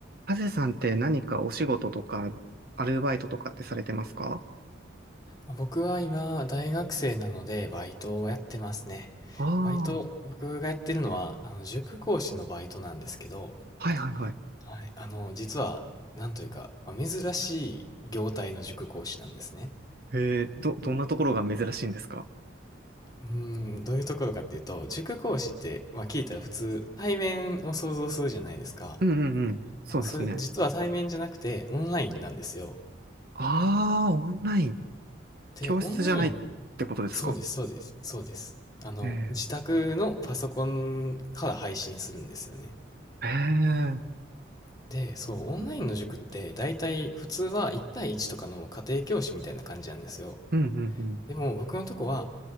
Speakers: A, on the right; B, on the left.
A: ハゼさんって何かお仕事とか、アルバイトとかってされてますか
B: 僕は今、大学生なので、バイトをやってますね。
A: あ
B: バイト、
A: あー、
B: 僕がやってるのは、あの、塾講師のバイトなんですけど、
A: はいはいはい。
B: はい、あの、実は、なんというか、まあ珍しい業態の塾講師なんですね。
A: えー、ど、どんなところが珍しいんですか
B: うーん、どういうところかっていうと、塾講師って、まあ、聞いたら普通、対面を想像するじゃないですか。
A: うんうんうん。そうですね。
B: それ、実は対面じゃなくて、オンラインなんですよ。
A: ああ、オンライン。
B: で、
A: 教室じゃないってことですか
B: オンライン、そうです、そうです、そうです。あの、
A: ええ。
B: 自宅のパソコンから配信するんですよね。
A: ええ。
B: で、そう、オンラインの塾って大体普通は1対1とかの家庭教師みたいな感じなんですよ。
A: うんうんうん。
B: でも僕のとこは、